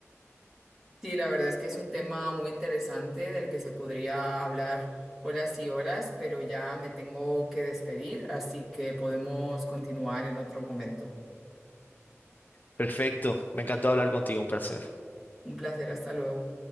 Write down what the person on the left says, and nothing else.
Perfecto, me encantó hablar contigo, un placer.